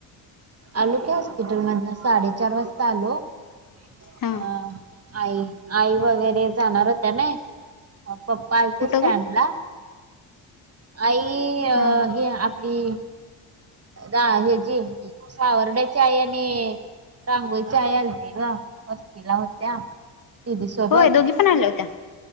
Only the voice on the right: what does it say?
आलो की हॉस्पिटल मध साडेचार वाजता आलो. अ
आई आई वगैरे जाणार होत्या ना पप्पा आलते
स्टँड
ला. आई अ
हे आपली. द हचीी सावर्ड्याची आहे आणि रांगोई चाय आलते ग वस्तीला होत्या. दिदी सोबत